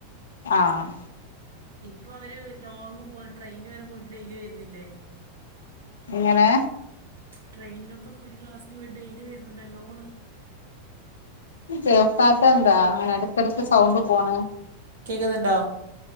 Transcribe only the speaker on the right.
ഇപ്പൊ അവര് ലോങ് പോയിട്ട് ട്രെയിന് വരെ പോയിട്ട് ഡെയിലി വരുന്നില്ലേ?
ട്രെയിനൊക്കെ പോയി ഒരു ക്ലാസിന് പോയി ഡെയിലി വരുന്നുണ്ടല്ലോന്ന്.
കേൾക്കുന്നുണ്ടോ?